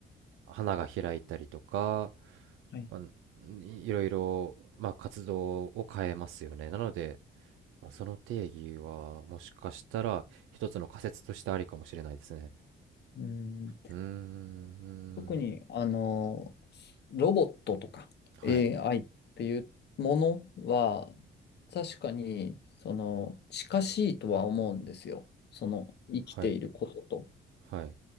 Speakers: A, on the right; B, on the left.
A: 花が開いたりとか、
B: はい。
A: まあ、いいろいろ、まあ、活動を変えますよね。なので、まあ、その定義は、もしかしたら、一つの仮説としてありかもしれないですね。
B: うん。
A: うーん、
B: 特に、あの、ロボットとか
A: はい、
B: AI っていうものは、確かに、その、近しいとは思うんですよ。その、生きていることと、
A: はい、はい、